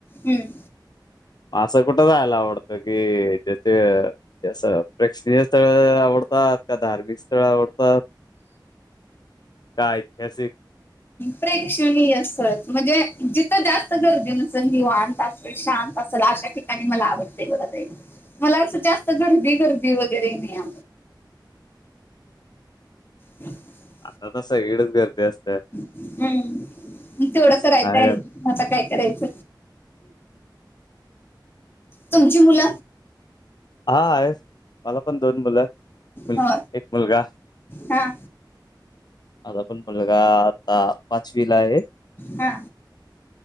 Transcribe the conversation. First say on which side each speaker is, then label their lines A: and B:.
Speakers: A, on the left; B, on the left.
A: हम्म
B: अस कुठ जायायला आवडत की जे ते जसं प्रेक्षणीय स्थळ आवडत का धार्मिक स्थळ आवडतात का ऐतिहासिक <inaudible>
A: प्रेक्षणीय असल म्हणजे जिथ जास्त गर्दी नसेल निवांत असेल शांत असेल अशा ठिकाणी मला आवडते बघ मला अस जास्त गर्दी गर्दी वगैरे नाही आ ह <inaudible>
B: आता सगळीकडे च गर्दी असते
A: हम्म तेवढ
B: असं
A: करायच
B: नाही
A: ऍड
B: गर्दी
A: आता काय करायच तुमची मुल
B: हा आहे मला पण दोन मुल मुलगी
A: हो
B: एक मुलगा
A: हा
B: माझा पण मुलगा आता पाचवीला आहे
A: हा